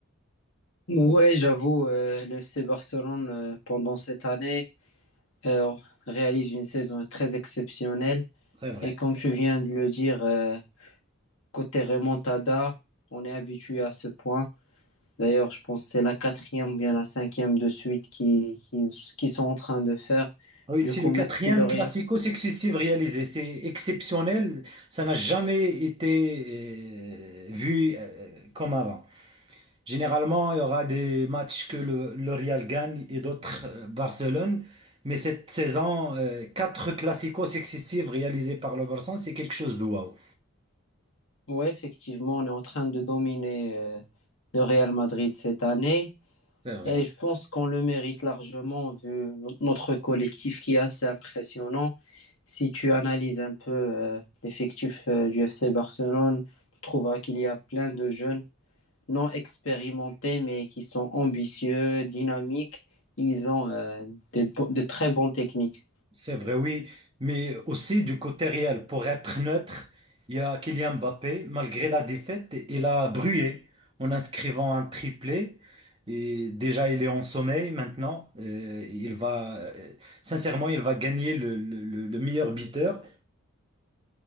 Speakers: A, on the left; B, on the right.
A: Ouais, j'avoue, euh, le FC Barcelone, euh, pendant cette année, euh, réalise une saison très exceptionnelle.
B: C'est vrai.
A: Et comme tu viens de le dire, euh, Côté remontada, on est habitué à ce point. D'ailleurs, je pense que c'est la quatrième ou bien la cinquième de suite qui, qui, qui sont en train de faire.
B: Oui,
A: Du
B: c'est
A: coup,
B: le quatrième
A: même si le Real...
B: classico successif réalisé. C'est exceptionnel. Ça n'a jamais été euh, vu euh, comme avant. Généralement, il y aura des matchs que le, le Real gagne et d'autres euh, Barcelone. Mais cette saison, euh, quatre classicos successifs réalisés par le Barça, c'est quelque chose de waouh.
A: Oui, effectivement, on est en train de dominer euh, le Real Madrid cette année.
B: C'est vrai.
A: Et je pense qu'on le mérite largement vu no- notre collectif qui est assez impressionnant. Si tu analyses un peu euh, l'effectif euh, du FC Barcelone, tu trouveras qu'il y a plein de jeunes non expérimentés, mais qui sont ambitieux, dynamiques. Ils ont euh, de, de très bonnes techniques.
B: C'est vrai, oui, mais aussi du côté réel, pour être neutre, il y a Kylian Mbappé, malgré la défaite, il a brûlé en inscrivant un triplé. Et déjà, il est en sommeil maintenant. Euh, il va, euh, sincèrement, il va gagner le, le- le- le meilleur buteur.